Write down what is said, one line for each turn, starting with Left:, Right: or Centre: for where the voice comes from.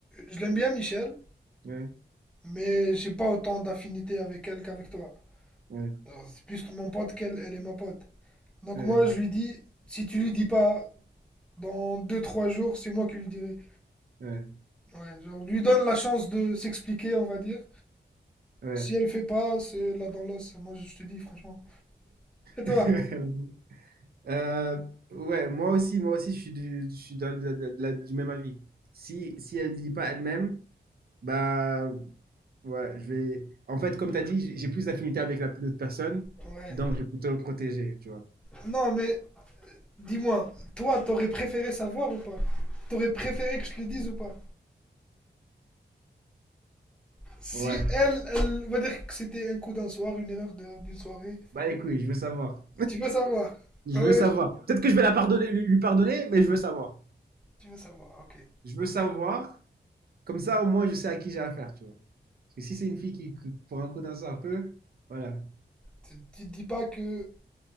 Centre: je l'aime bien Michel,
Right: Ouais,
Centre: mais j'ai pas autant d'affinité avec elle qu'avec toi.
Right: ouais,
Centre: Alors, C'est plus mon pote qu'elle, elle est ma pote. Donc
Right: ouais,
Centre: moi, je lui dis, si tu lui dis pas dans deux trois jours, c'est moi qui lui dirai.
Right: ouais,
Centre: Ouais, genre, lui donne la chance de s'expliquer, on va dire.
Right: ouais.
Centre: Si elle fait pas, c'est là dans l'os. Moi, je te dis, franchement. Et toi?
Right: <laughs> Euh, ouais, moi aussi, moi aussi, je suis du, je suis de- de- de- de la- du même avis. Si, si elle ne dit pas elle-même, bah ouais, je vais. En fait, comme tu as dit, j'ai j'ai plus d'affinité avec la- l'autre personne,
Centre: Ouais.
Right: donc je vais plutôt me protéger, tu vois.
Centre: Non, mais dis-moi, toi, t'aurais préféré savoir ou pas? T'aurais préféré que je te le dise ou pas? Si
Right: Ouais.
Centre: elle, elle, on va dire que c'était un coup d'un soir, une erreur de- d'une soirée.
Right: Bah écoute, je veux savoir.
Centre: Tu veux savoir?
Right: Je
Centre: Ah
Right: veux
Centre: ouais?
Right: savoir. Peut-être que je vais la pardonner, lui lui pardonner, mais je veux savoir.
Centre: Tu veux savoir, ok.
Right: Je veux savoir. Comme ça, au moins, je sais à qui j'ai affaire, tu vois. Parce que si c'est une fille qui, qui- pour un coup d'un sort un peu, voilà.
Centre: Tu, tu te dis pas que